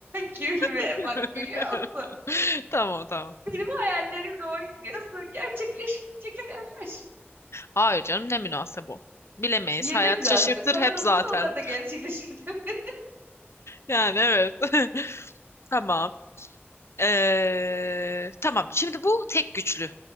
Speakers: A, on the right; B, on the left.
A: <laughs> gülme
B: <laughs>
A: bak gülüyorsun.
B: Tamam tamam.
A: Benim hayallerimle oynuyorsun. Gerçekleşmeyecek hayaller.
B: Hayır canım ne münasebe bu. Bilemeyiz.
A: Ya
B: Hayat
A: ne münasebet.
B: şaşırtır
A: Paran
B: hep
A: olursa
B: zaten.
A: onları da gerçekleşir. <laughs>
B: Yani evet. <laughs> Tamam. Ee, tamam. Şimdi bu tek güçlü